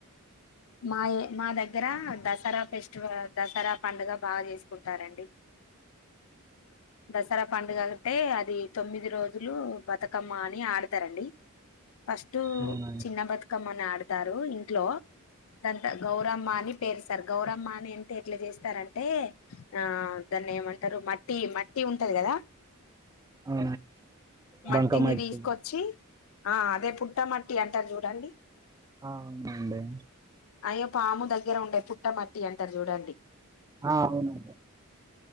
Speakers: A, on the left; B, on the right.
A: మాయ మా దగ్గర దసరా ఫెస్టివల్ దసరా పండుగ బాగా చేసుకుంటారండి దసరా పండుగ అంటే అది తొమ్మిది రోజులు బతుకమ్మ అని ఆడతారండి ఫస్ట్
B: అవునండి
A: చిన్న బతుకమ్మని ఆడతారు ఇంట్లో దంత గౌరమ్మ అని పేరుస్తరు గౌరమ్మ అని అంటే ఎట్లా చేస్తారంటే ఆ దాన్ని ఏమంటారు మట్టి మట్టి ఉంటది కదా
B: ఆ బంక
A: మట్టిని
B: మట్టి
A: తీసుకొచ్చి ఆ అదే పుట్టమట్టి అంటారు చూడండి
B: ఆ అవునండి
A: అయ్యో పాము దగ్గర ఉండే పుట్ట మట్టి అంటారు చూడండి
B: ఆవును